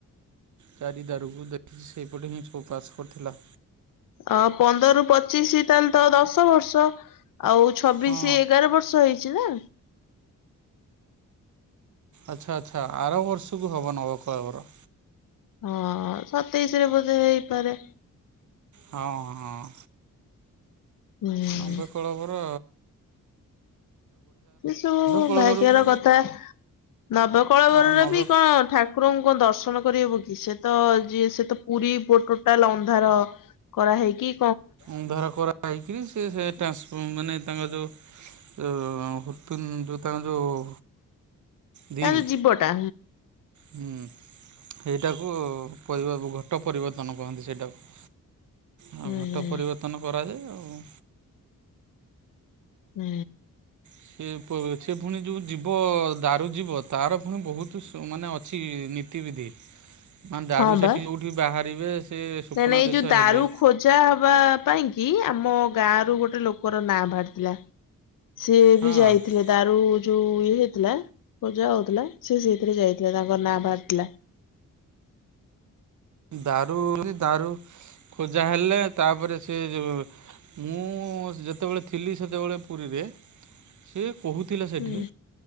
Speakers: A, on the right; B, on the left.
A: ଚାରିଦାରୁକୁ ଦେଖି ସେହିପଟେ ହିଁ ଉପାସ କରିଥିଲା।
B: ଅ ପନ୍ଦରରୁୁ ପଚିଶି ତାହେଲେ ତ ଦଶ ବର୍ଷ ଆଉଛ ଛବିଶ
A: ହଁ।
B: ଏଗାର ବର୍ଷ ହେଇଛି ନା?
A: ଆଛା ଆଚ୍ଛା ଆର ବର୍ଷକୁ ହବ ନବକଳବର।
B: ହଁ ସତେଇଶ ରେ ବୋଧେ ହେଇପାରେ।
A: ହଁ ହଁ।
B: ହୁଁ
A: ନବେ କଳେବର
B: ଏ ସବୁ
A: କଳବରକୁ
B: ଭାଗ୍ୟର କଥା ନବକଳବରରେ
A: ଆଉ ନବେ
B: ବି କଣ ଠାକୁ ଠାକୁରଙ୍କୁ କଣ ଦର୍ଶନ କରିହେବ କି ସେ ତ ଯିଏ ସେ ତ ପୁରୀ ଟୋଟାଲ ଅନ୍ଧାର କରାହେଇକି
A: ଅନ୍ଧାର କରା ହେଇକି ସେ ସେ ଟାସ ମାନେ ତାଙ୍କ ଯୋଉ ଯଉ ହପ ଯୋଉ ତାଙ୍କ ଯୋଉ ଦିଲ୍
B: ତାର ଯିବଟା
A: ହୁଁ। ଏଇଟାକୁ ପରି ଘଟ ପରିବର୍ତ୍ତନ କହନ୍ତି ସେଇଟାକୁ ଆ
B: ହୁଁ
A: ଘଟ
B: ହୁଁ
A: ପରିବର୍ତ୍ତନ କରାଯାଏ ଆଉ
B: ହୁଁ।
A: ସେ ସେ ଫୁଣି ଯୋଉ ଯିବ ଦାରୁ ଯିବ ତାର ପୁଣି ବହୁତ ମାନେ ଅଛି ନୀତି ବିିଧି ମାନେ ଦାରୁ
B: ହଁ
A: ସେଠି
B: ବା।
A: ବି ବାହାରିବେ ସେ ସ୍ୱପ୍ନାଦେଶ
B: ନାଇଁ ନାଇଁ ଏଇ ଯୋଉ ଦାରୁ
A: ହେବେ।
B: ଖୋଜା ହବା ପାଇଁ କି ଆମ ଗାଁ ର ଗୋଟେ ଲୋକର ନାଁ ବାହାରିଥିଲା। ସିଏ
A: ହଁ
B: ବି ଯାଇଥିଲେ ଦାରୁ ଯୋଉ ଇଏ ହେଇଥିଲା ପୂଜା ହଉଥିଲା ସେ ସେଇଥିରେ ଯାଇଥିଲା ତାଙ୍କ ନାଁ ବାହାରିଥିଲା।
A: ଦାରୁ ଦାରୁ ଖୋଜା ହେଲେ ତାପରେ ସେ ଯୋଉ ମୁଁ ଯେତେବେଳେ ଥିଲି ସେତେବେଳେ ପୁରୀରେ ସେ କହୁଥିଲା ସେଠି
B: ହୁଁ